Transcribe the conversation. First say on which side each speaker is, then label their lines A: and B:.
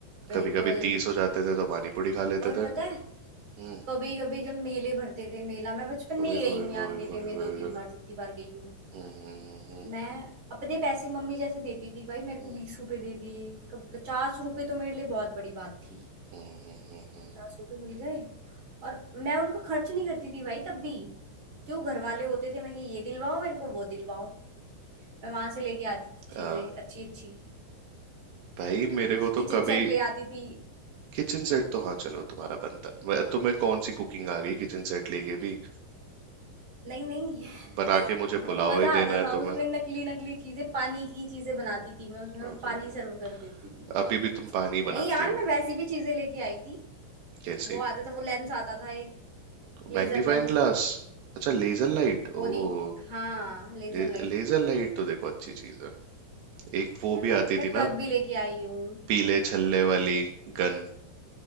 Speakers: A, on the right; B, on the right.
A: बिल्कुल
B: कभी कभी तीस हो जाते थे तो पानी पूरी खा लेते
A: और
B: थे
A: पता है
B: हम्म
A: कभी कभी जब मेले भरते थे मेला मैं बचपन में
B: ओए
A: ही गई
B: होए
A: हूँ यार
B: होए
A: मेले
B: होए
A: में
B: होए
A: दो तीन
B: होए
A: बार जितनी बार गई हूँ
B: हम्म हम्म हम्म
A: मैं अपने पैसे मम्मी जैसे देती थी भाई मेरे को
B: हम्म
A: बीस रुपए दे दिए कभी पचास रुपए तो मेरे लिए बहुत बड़ी बात थी
B: हम्म हम्म हम्म, हम्म।
A: पचास रुपए मिल गए और मैं उनको खर्च नहीं करती थी भाई तब भी जो घर वाले होते थे मैं कि ये दिलवाओ मेरे को वो दिलवाओ मैं वहां से लेके आती थी चीजें
B: हम्म। हाँ
A: अच्छी अच्छी
B: भाई मेरे को
A: किचन
B: तो कभी
A: सेट ले आती थी
B: किचन सेट तो हाँ चलो तुम्हारा बनता मैं- तुम्हें कौन सी कुकिंग आ गई किचन सेट लेके भी
A: नहीं नहीं
B: बना
A: <laughs>
B: के मुझे
A: म-
B: पुलाव
A: मजा
B: ही देना
A: आता
B: है
A: था
B: तुम्हें
A: उसमें नकली नकली चीजें पानी की चीजें बनाती थी मैं उसमें
B: हाँ,
A: और
B: तो
A: पानी सर्व कर देती थी
B: अभी भी तुम पानी
A: नहीं
B: बनाती
A: यार
B: हो
A: मैं वैसी भी चीजें लेके आई थी
B: कैसे
A: वो आता था वो लेंस आता था एक लेजर
B: Magnifying
A: लेंस
B: glass अच्छा लेजर लाइट
A: वो
B: ओ
A: नहीं हाँ लेजर
B: ले,
A: लाइट
B: लेजर लाइट तो देखो अच्छी चीज है एक वो
A: है
B: भी
A: ना
B: आती
A: मैं
B: थी
A: ट्रक
B: ना
A: भी लेके आई हूँ
B: पीले छल्ले वाली गन